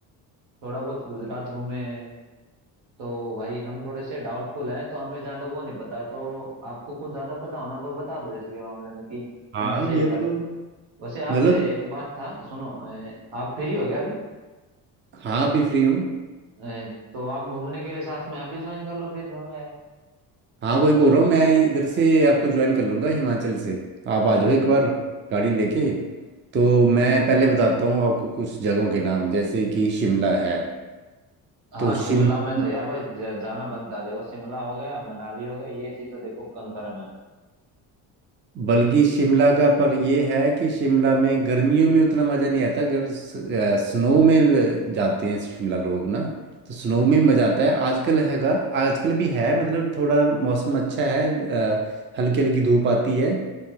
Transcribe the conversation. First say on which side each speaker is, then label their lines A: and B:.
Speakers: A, on the right; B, on the right.
A: थोड़ा बहुत गुजरात घूमे हैं तो भाई हम थोड़े से डाउटफुल हैं तो हमें ज्यादा वो नहीं पता तो आपको कुछ ज्यादा पता होना तो बता दो इसके मामले में कि
B: हाँ
A: कौन सा सही
B: ये
A: रहेगा
B: तो
A: वैसे आप
B: मतलब
A: अ, एक बात था सुनो अ, आप फ्री हो गया अभी
B: हाँ भी फ्री हूँ
A: अ, तो आप घूमने के लिए साथ में आप भी ज्वाइन कर लो फिर दोनों यार
B: हाँ वही बोल रहा हूँ मैं इधर से आपको ज्वाइन कर लूँगा हिमाचल से आप आ जाओ
A: हम्म
B: एक बार गाड़ी लेके तो मैं पहले बताता हूँ आपको कुछ जगहों के नाम जैसे कि शिमला है
A: हाँ
B: तो
A: शिमला
B: शिमला
A: में तो यार भाई ज- जाना बनता है देखो शिमला हो गया मनाली हो गया ये चीज तो देखो कन्फर्म है
B: बल्कि शिमला का पर ये है कि शिमला में गर्मियों में उतना मज़ा नहीं आता अगर स्नो में जाते हैं शिमला लोग ना तो स्नो में मज़ा आता है आजकल हैगा आजकल भी है मतलब थोड़ा मौसम अच्छा है अ, हल्की हल्की धूप आती है